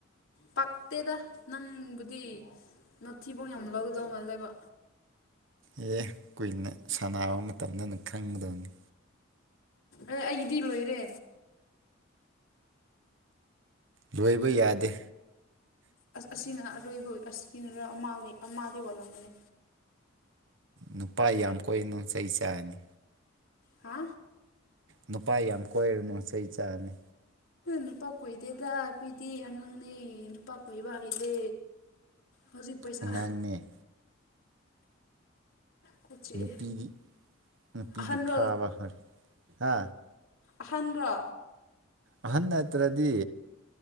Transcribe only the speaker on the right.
ꯑꯦ ꯀꯨꯏꯅ ꯁꯥꯟꯅꯕ ꯃꯇꯝꯗꯅ ꯈꯪꯒꯗꯕꯅꯤ
ꯂꯣꯏꯕ ꯌꯥꯗꯦ
ꯅꯨꯄꯥ ꯌꯥꯝ ꯀꯣꯏꯏꯔꯅꯨ ꯏꯁꯩ ꯆꯥꯅꯤ
ꯅꯨꯄꯥ ꯌꯥꯝ ꯀꯣꯏꯔꯨꯅꯨꯆ ꯏꯆꯥꯅꯤ
ꯑꯉꯥꯡꯅꯦ
ꯅꯨꯄꯤꯗꯤ ꯅꯨꯄꯤꯗꯤ
ꯐꯥꯕ ꯍꯔ ꯍꯥ
ꯑꯍꯟ ꯅꯠꯇ꯭ꯔꯗꯤ